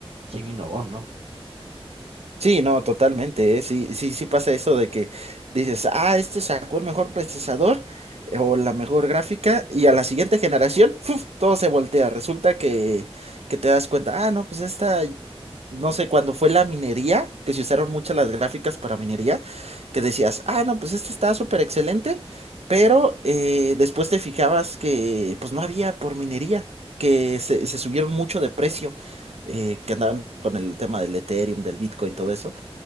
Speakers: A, on the right; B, on the right.
A: quien innovó, ¿no?
B: Sí, no, totalmente, ¿eh? Sí, sí, sí pasa eso de que dices, ah, este sacó el mejor procesador eh, o la mejor gráfica y a la siguiente generación, ¡fuf! todo se voltea. Resulta que, que te das cuenta, ah, no, pues esta no sé, cuando fue la minería, que se usaron muchas las gráficas para minería, que decías, ah, no, pues este está súper excelente, pero eh, después te fijabas que pues no había por minería, que se, se subieron mucho de precio, eh, que andaban con el tema del Ethereum, del Bitcoin, todo eso.